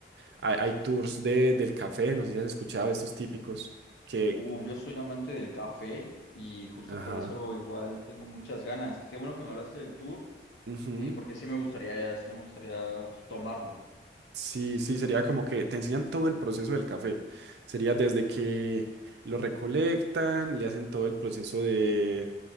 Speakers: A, on the right; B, on the left.
A: Hay, hay tours de, del café, no sé si has escuchado estos típicos que...
B: Uf, yo soy amante del café y justo
A: Ajá.
B: por eso igual tengo muchas ganas. Qué bueno que me hablaste del tour,
A: Ujú,
B: eh, porque sí me gustaría, sí me gustaría pues, tomarlo.
A: Sí, sí, sería como que te enseñan todo el proceso del café. Sería desde que lo recolectan, le hacen todo el proceso de,